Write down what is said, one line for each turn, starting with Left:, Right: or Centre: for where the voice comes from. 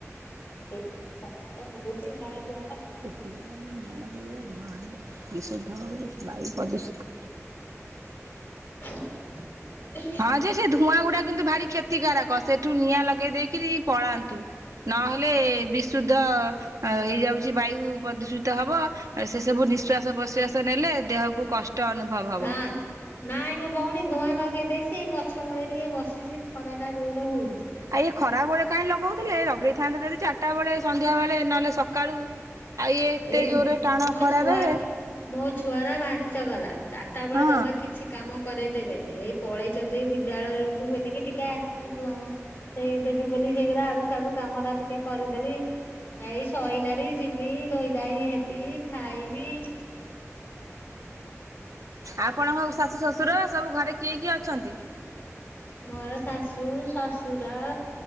Left: କଥା ତ ହୋଉଛି ଘର ଦୁଆର
Right: ପୋତିବ କାଇଁ ନିଆଁ ନଗେଇଦିଅ ଧୂଆଁ ହେଇଯାଉ ବିଶୁଦ୍ଧ ଆଉ ବାୟୁ ପ୍ରଦୂଷିତ
Left: ଆଉ
Right: ହଁ ଯେ ସେ ଧୂଆଁ ଗୁଡା କିନ୍ତୁ ଭାରି କ୍ଷତିକାରକ ସେଠୁ ନିଆଁ ଲଗେଇ ଦେଇକିରି ପଳାନ୍ତୁ। ନହେଲେ ବିଶୁଦ୍ଧ ହେଇଯାଉଛି ବାୟୁ ପ୍ରଦୂଷିତ ହବ। ସେ ସବୁ ନିଶ୍ଵାସ ପ୍ରଶ୍ଵାସ ନେଲେ ଦେହକୁ କ ଷ୍ଟ ଅନୁଭବ ହବ।
Left: ନାଁ। ନାଇଁ ମ ଭଉଣୀ ଧୂଆଁ ନଗେଇ ଦେଇଛି ଏଇ ଗଛ ମୂଳରେ ଟିକେ ବସିଛି ଖରା ଟା ଜୋରରେ ହୋଉଛି।
Right: ଏଇ ଖରା ବେଳେ କାହିଁ ଲଗଉଥିଲେ ଲଗେଇ ଥାନ୍ତେ ଯଦି ଚାରିଟା ବେଳେ ସନ୍ଧ୍ୟା ବେଳେ ନହେଲେ ସକାଳୁ। ଇଏ ଏତେ
Left: ଏଇ
Right: ଜୋରରେ ଟାଣ
Left: ମୋ
Right: ଖରାରେ
Left: ଛୁଆ ମୋ ଛୁଆରା ଭାରି ଚଗଲା ଚାରିଟା ବେଳେ
Right: ହଁ
Left: ଜମା କିଛି କାମ କରେଇଦେବେନି ଏଇ ପଳେଇଛନ୍ତି ବିଦ୍ୟାଳୟକୁ ବୋଲିକି ଟିକେ ଆସିକି ଧୂ ସେଇ ଦେବି ବୋଲି ସେଇଗୁରା ଆଡୁ ସାଡୁ କାମ ଟା ଟିକେ କରିଦେଲି। ଏଇ ସଇଲାଣି ଯିବି ଧୋଇ ଧାଇ ହେବି ଖାଇବି।
Right: ଆପଣଙ୍କ ଶାଶୁ ଶ୍ୱଶୁର ସବୁ ଘରେ କିଏ କିଏ ଅଛନ୍ତି?
Left: ମୋର ଶାଶୁ ଶଶୁର